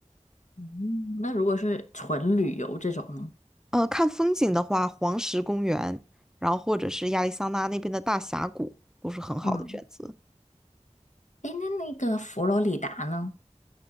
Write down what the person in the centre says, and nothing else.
呃，看风景的话，黄石公园，然后或者是亚利桑那那边的大峡谷都是很好的选择。